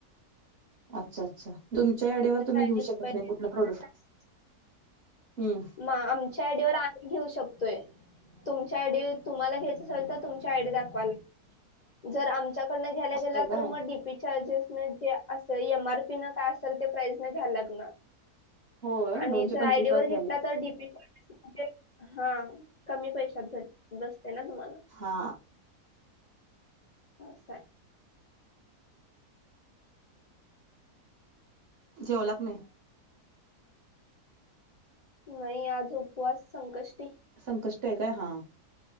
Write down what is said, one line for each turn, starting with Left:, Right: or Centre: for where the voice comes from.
Right: अच्छा अच्छा तुमच्या आडीवर तुम्ही
Left: आयडी
Right: घेऊ
Left: शिवाय
Right: शकत नाही
Left: देत-
Right: कुठलं प्रोडक्ट. हम्
Left: म आमच्या आयडीवर आम् घेऊ शकतोय तुमच्या आयडी तुम्हाला घ्यायच असेल त तु ची आयडी दाखवायला जर आमच्याकडन घ्यायला
Right: असं
Left: गेले
Right: आहे
Left: तर
Right: काय
Left: डीपी चार्जेस. अस एम आर पी न काय असल ते प्राइज न घ्याला लागणार.
Right: होय
Left: आणि
Right: दोनशे
Left: जर
Right: पंचवीस
Left: आयडी वर
Right: लाच
Left: घेत
Right: घ्याला
Left: तर डीपी च्स म्हणज हा कमी पैशात घट. बसते ना तुम्हाला
Right: हा
Left: ह सर.
Right: जेवलाग न.
Left: नाही आज उपवास संकष्टी.
Right: संकष्ट आहे काय हां.